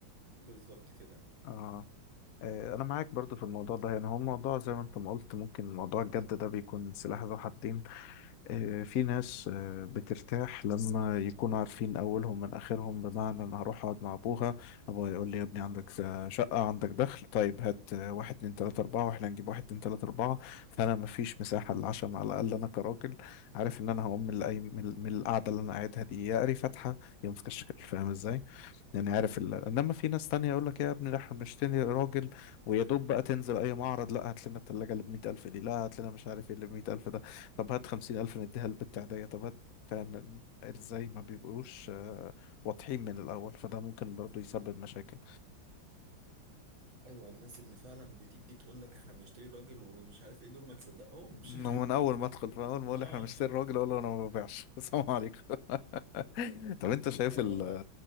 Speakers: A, on the right; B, on the left.
A: بالظبط كده
B: اه آه، انا معاك برضو في الموضوع ده يعني هو الموضوع زي ما انت ما قلت ممكن موضوع الجد ده بيكون سلاح ذو حدين آه، في ناس آه، بترتاح لما يكونوا عارفين أولهم من آخرهم بمعنى أنا هروح أقعد مع أبوها أبوها يقول لي يا ابني عندك ز- شقة عندك دخل طيب هات آه، واحد اتنين تلاتة أربعة وإحنا هنجيب واحد اتنين تلاتة أربعة فأنا مفيش مساحة للعشم على الأقل أنا كراجل عارف إن أنا هقوم من الأي- من من القعدة اللي أنا قاعدها دي يا قاري فاتحة يا ماسكة الشكل فاهم إزاي؟ يعني عارف ال... انما في ناس تانية يقول لك ايه يا ابني ده احنا بنشتري راجل ويا دوب بقى تنزل اي معرض لا هات لنا التلاجة اللي ب 100000 دي لا هات لنا مش عارف ايه اللي ب 100000 ده طب هات 50000 نديها للبت عادية طب هات فاهم ازاي ما بيبقوش آه، واضحين من الاول فده ممكن برضو يسبب مشاكل
A: ايوه الناس اللي فعلا بتيجي تقول لك احنا بنشتري راجل ومش عارف ايه دول ما تصدقهمش
B: إنه من اول ما ادخل فاهم اول ما
A: <laughs>
B: اقول
A: اه
B: احنا بنشتري راجل اقول له انا ما ببيعش <laughs> السلام عليكم <laughs> طب انت شايف
A: ايوه
B: ال-
A: لا